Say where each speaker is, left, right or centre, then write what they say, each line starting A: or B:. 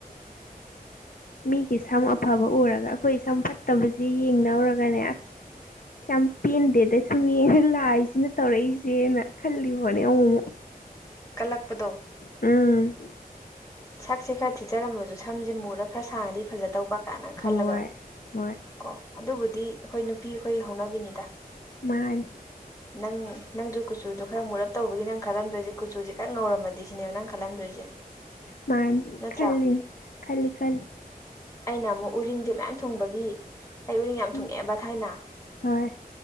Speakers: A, on the left (about 65°); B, on the left (about 20°).
A: ꯃꯤꯒꯤ ꯁꯝ ꯑꯐꯕ ꯎꯔꯒ ꯑꯩꯈꯣꯏ ꯁꯝ ꯐꯠꯇꯕꯁꯤ ꯌꯦꯡꯅꯔꯨꯔꯒꯅꯦ ꯑꯁ ꯌꯥꯝ ꯄꯦꯟꯗꯦꯗ ꯁꯨꯝ ꯌꯦꯡꯉ ꯂꯥꯏꯁꯤꯅ ꯇꯧꯔꯛꯏꯁꯦꯅ ꯈꯜꯂꯤ ꯄꯣꯠꯅꯤ ꯑꯃꯨꯛꯃꯨꯛ <unintelligible>
B: ꯀꯜꯂꯛꯄꯗꯣ
A: ꯎꯝ
B: ꯁꯛꯁꯦ ꯈꯔ ꯊꯤꯖꯔꯝꯃꯁꯨ ꯁꯝꯁꯦ ꯃꯨꯔ ꯈꯔ ꯁꯥꯡꯉꯗꯤ ꯐꯖꯗꯧꯕ ꯀꯥꯏꯅ
A: ꯍꯣꯏ
B: ꯈꯜꯂꯒ
A: ꯍꯣꯏ
B: ꯀꯣ ꯑꯗꯨꯕꯨꯗꯤ ꯑꯩꯈꯣꯏ ꯅꯨꯄꯤ ꯑꯩꯈꯣꯏꯒꯤ ꯍꯧꯅꯕꯤꯅꯤꯗ
A: ꯃꯥꯅꯤ
B: ꯅꯪ ꯅꯪꯁꯨ ꯀꯨꯆꯨꯗꯣ ꯈꯔ ꯃꯨꯔꯞ ꯇꯧꯕꯒꯤ ꯅꯪ ꯈꯜꯂꯝꯗꯣꯏꯁꯦ ꯀꯨꯆꯨꯁꯦ ꯈꯔ ꯉꯧꯔꯝꯃꯗꯤ ꯁꯤꯅꯦꯕ ꯅꯪ ꯈꯜꯂꯝꯗꯣꯏꯁꯦ
A: ꯃꯥꯅꯤ
B: ꯅꯠꯇ꯭ꯔꯥ
A: ꯈꯜꯂꯤꯅꯦ ꯈꯜꯂꯤ ꯈꯜꯂꯤ
B: ꯑꯩꯅ ꯑꯃꯨꯛ ꯎꯔꯤꯡꯁꯦ ꯃꯌꯥꯝ ꯊꯨꯡꯕꯒꯤ ꯑꯩ ꯎꯔꯤꯡ ꯌꯥꯝ ꯊꯨꯡꯉꯛꯑꯦꯕ
A: ꯎꯝ
B: ꯊꯥꯏꯅ
A: ꯍꯣꯏ